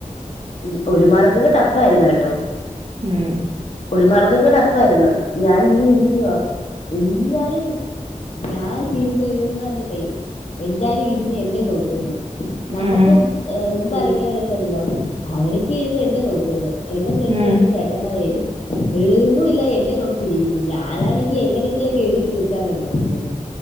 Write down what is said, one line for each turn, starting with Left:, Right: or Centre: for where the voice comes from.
Left: ഉം ഒരു മാർക്കൊക്കെ ടഫ് ആയിരുന്നു കേട്ടോ
Right: ഉം
Left: ഒരുമാർക്കൊക്കെ ടഫായിരുന്നു ഞാൻ ഇങ്ങനെ ഇരിക്കുവാ എല്ലാരും ഞാൻ ഇരുന്ന് ഇരുന്ന് തന്നിട്ടെ എല്ലാരും ഇരുന്ന് എന്നെ നോക്കുന്നു നമ്മുക്ക്
Right: ഉം
Left: മുമ്പ് ഇറങ്ങിയവരൊക്കെ ഉണ്ടല്ലോ അവരൊക്കെ ഇരുന്ന് എന്നെ നോക്കുന്നു എന്റെ ഫ്രണ്ട്
Right: ഉം
Left: രണ്ട് ചേട്ടന്മാരായിരുന്നു എഴുതുന്നുമില്ല എന്നെ നോക്കിയിരിക്കുന്നു ഞാനാണെങ്കി എങ്ങനെങ്കിലുംമൊക്കെ എഴുതിതീർക്കാനാ നോക്കുന്നെ